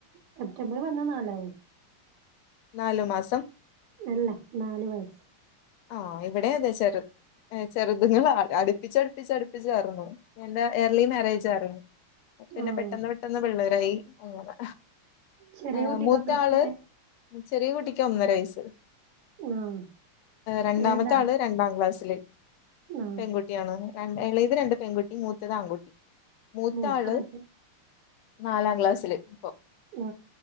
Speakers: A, on the right (about 75°); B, on the left (about 80°).
A: സെപ്റ്റംബർ വന്നാ നാലാവും.
B: നാലു മാസം.
A: അല്ല നാല് വയസ്സ്.
B: ആ ഇവടെ അതെ ചെറു ഏ ചെറുതുങ്ങളാ അടുപ്പിച്ചടുപ്പിച്ച അടുപ്പിച്ചാർന്നു എന്റെ ഏർലി മാരേജായിരുന്നു. പിന്നെ
A: ആഹ്
B: പെട്ടന്ന് പെട്ടന്ന് പിള്ളേരായി ങ്ങനെ.
A: ചെറിയ
B: ഏ
A: കുട്ടിക്കപ്പ
B: മൂത്താള്
A: എത്രയായി
B: ചെറിയ കുട്ടിക്ക് ഒന്നര വയസ്സ്.
A: ആഹ്.
B: രണ്ടാമത്തെ
A: രണ്ടാം
B: ആള് രണ്ടാം ക്ലാസ്സില്
A: ആഹ്
B: പെൺകുട് കുട്ടിയാണ് എളെത് രണ്ട് പെൺകുട്ടി മൂത്തത് ആൺകുട്ടി മൂത്ത
A: മൂത്താളെത്ര
B: ആള് നാലാം ക്ലാസ്സില് ഇപ്പൊ.
A: ആ